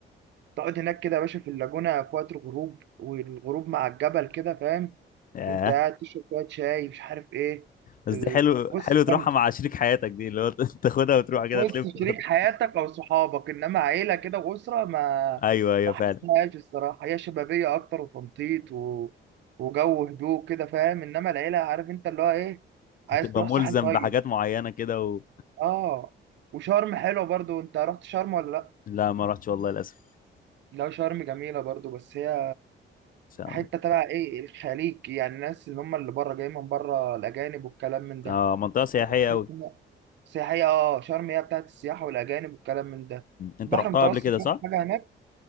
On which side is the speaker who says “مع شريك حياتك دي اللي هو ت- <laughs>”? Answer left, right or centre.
Left